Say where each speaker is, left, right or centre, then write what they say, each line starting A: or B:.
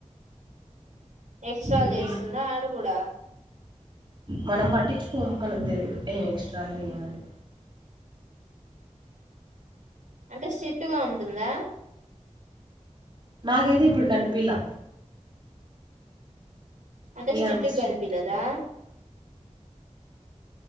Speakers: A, on the right; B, on the right.
A: ఎక్స్ట్రాలు
B: ఇప్పుడు
A: చేస్తుంద అడగూడా
B: మనం పట్టించుకోము, మనకు తెలియదు. ఏం ఎక్స్ట్రాలో ఏమని
A: అంటే స్టిట్ ఉం టుందా
B: మాకైతే ఇప్పుడు కనిపిలా
A: అంటే
B: ఏ
A: స్టిట్గా
B: అంత స్ట్రిక్ట్
A: కనిపిలేదా